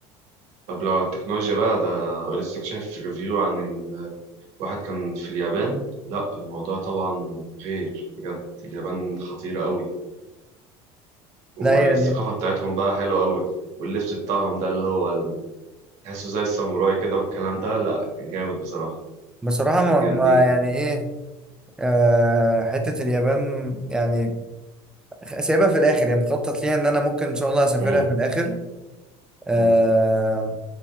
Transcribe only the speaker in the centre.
لا يعني
بصراحة ما,
ما يعني ايه آه، حتة اليابان يعني سايبها في الآخر يعني مخطط ليها إن أنا ممكن إن شاء الله أسافرها
في الآخر آه،